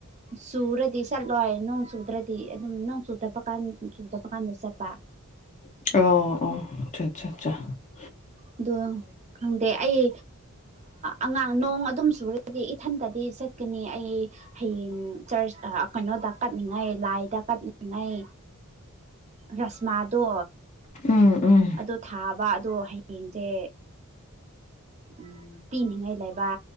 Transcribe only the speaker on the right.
ꯆꯨꯔꯗꯤ ꯆꯠꯂꯣꯏ ꯅꯣꯡ ꯆꯨꯗ꯭ꯔꯗꯤ ꯅꯣꯡ ꯆꯨꯇꯄꯀꯥꯟ ꯆꯨ ꯇꯞꯄ ꯀꯥꯟꯗ ꯆꯠꯄ
ꯑꯗꯣ ꯈꯪꯗꯦ ꯑꯩ ꯑꯉꯥꯡ ꯅꯣꯡ ꯑꯗꯨꯝ ꯆꯨꯔꯒꯗꯤ ꯏꯊꯟꯇꯗꯤ ꯆꯠꯀꯅꯤ ꯑꯩ ꯍꯌꯦꯡ ꯆꯔꯆ ꯀꯩꯅꯣꯗ ꯀꯠꯅꯤꯡꯉꯥꯏ ꯂꯥꯏꯗ ꯀꯠꯅꯤꯡꯉꯥꯏ ꯔꯁꯃꯥꯗꯣ
ꯑꯗꯣ ꯊꯥꯕ ꯑꯗꯣ ꯌꯦꯡꯖꯦ ꯎꯝ ꯄꯤꯅꯤꯡꯉꯥꯏ ꯂꯩꯕꯥ